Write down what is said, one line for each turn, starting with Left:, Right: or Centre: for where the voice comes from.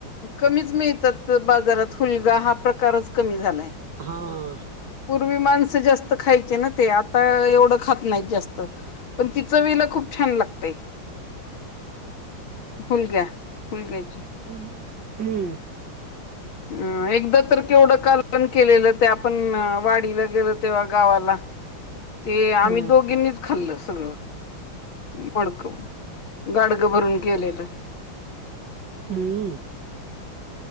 Left: कमीच मि तात बाजारात हूलगा हा, प्रकारच कमी झालाय.
Right: हां.
Left: पूर्वी माणसं जास्त खायचे ना ते आता एवढं खात नाहीत जास्त. पण, ति चविला खूप छान लागते.
Right: <inaudible>
Left: हुलग्या हुलग्याची
Right: हम्म.
Left: अ एकदा तर केवढं कालवण केलेलं ते आपण वाडीला गेलो तेव्हा गावाला. ते आम्ही
Right: हा
Left: दोघीनीच खाल्लं सगळं, मडकव गाडग भरून केलेलं.
Right: हम्म.